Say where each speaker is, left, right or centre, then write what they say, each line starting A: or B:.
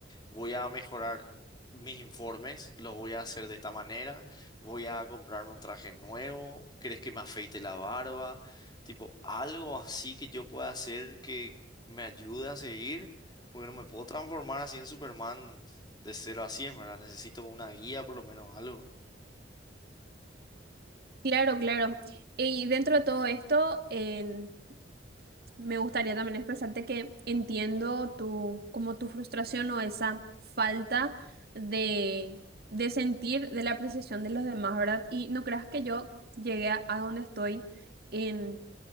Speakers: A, on the left; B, on the right.
A: voy a mejorar mis informes, los voy a hacer de esta manera, voy a comprarme un traje nuevo, ¿crees que me afeite la barba? Tipo, algo así que yo pueda hacer que me ayude a seguir, porque no me puedo transformar así en Superman de cero a cien, ¿verdad? Necesito una guía, por lo menos algo.
B: Claro, claro. Y dentro de todo esto, en Me gustaría también expresarte que entiendo tu, como tu frustración o esa falta de, de sentir de la apreciación de los demás, ¿verdad? Y no creas que yo llegué a, a donde estoy en,